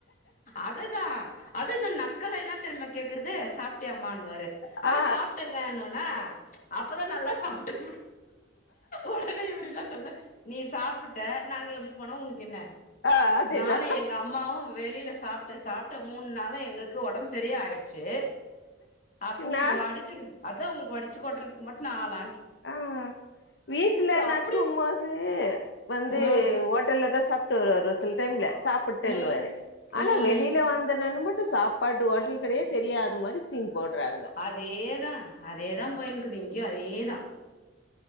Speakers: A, on the left; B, on the left.
A: அதுதான் அது என் நக்கல என்ன தெரும்ம கேக்குறது சாப்பிட்டியாம வாரு
B: ஆ
A: ஆஹ் சாப்பிட்டங்க அப்பதான் நல்லா சாப்பிட்டு உடனே இவரு சொல்ல நீ சாப்ப சாப்பிட்ட நாங்க எப்டி போன உனக்கு என்ன
B: ஆ அதேதா
A: நானு எங்க அம்மாவும் வெளியி சாப்ட்ட மூணு நாளும் எங்களுக் ஒடம்பு சரியாயிடுச்சு அப்ப
B: நா
A: உங்க வாடிச்சு அது அவங்களுக்கு வடிச்சு கொட்டுறதுக்கு மட்டும் நான்ல
B: ஆஹ் வீட்டுல நடக்கும்போது
A: அப்டி
B: வந்து
A: ஆ
B: ஹோட்டல்ல தா சாப்பிட்டு வருவாரு ஒரு சில டைம்ல சாப்பிட்டேன்னுவாரு
A: ம்
B: ஆனா
A: ம்
B: வெளியில வந்தனன்னு மட்டு சாப்பாடு ஹோட்டல் கிடையே தெரியாதது மாரி சீன் போடுறாங்க
A: அதேதான் அதேதான் போயனுக்கு இங்கயும் அதேதான்